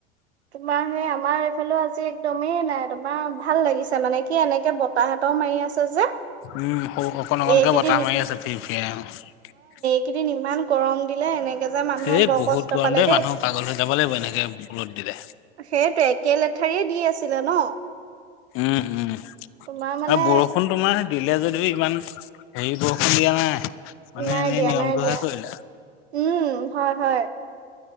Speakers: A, on the right (about 85°); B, on the left (about 40°).
A: তোমাৰ সেই আমাৰ এইফালে আজি একদমেই নাই তোমাৰ ভাল লাগিছে মানে কি এনেকে ব তাহঁতৰ মাৰি আছে যে।
B: উম, সৌ অকণ অকণকে
A: এইকেইদিন
B: বতাহমাৰি আছে ফিৰ ফিৰাই।
A: কেইদিন ইমান গৰম দিলে, এনেকে যে মানুহৰ
B: এই
A: বৰ
B: বহুত
A: কষ্ট
B: গৰম
A: পালে দেই।
B: মানুহ পাগল হৈ যাব লাগিব এনেকে ৰ'দ দিলে
A: সেইটো একে লেঠাৰিয়ে দি আছিলে ন।
B: উম উম আৰু
A: তোমাৰ মানে
B: বৰষুণ তোমাৰ দিলে যদি, যদিও ইমান হেৰি বৰষুণ দিয়া নাই মানে
A: নাই
B: এনেই
A: দিয়া
B: নিয়মটোহে
A: নাই দিয়া
B: কৰিলে।
A: উম, হয়, হয়